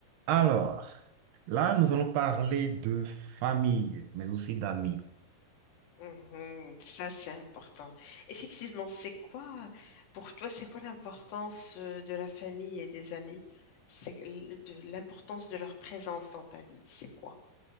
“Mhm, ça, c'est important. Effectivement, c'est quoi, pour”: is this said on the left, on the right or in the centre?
Left